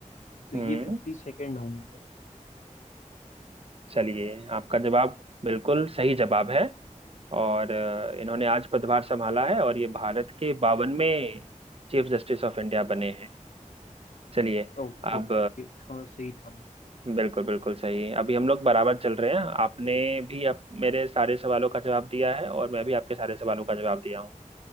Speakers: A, on the left; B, on the right.
A: तो
B: हम्म
A: ये फिफ्टी सेकेंड होंगे
B: चलिए आपका जवाब बिल्कुल सही जवाब है और अ, इन्होंने आज पदभार संभाला है और ये भारत के बावनवें चीफ जस्टिस ऑफ इंडिया बने हैं चलिए
A: ओके
B: अब
A: ओके थोड़ा सही था मैं
B: बिल्कुल बिल्कुल सही है अभी हम लोग बराबर चल रहे हैं आपने भी आप मेरे सारे सवालों का जवाब दिया है और मैं भी आपके सारे सवालों का जवाब दिया हूँ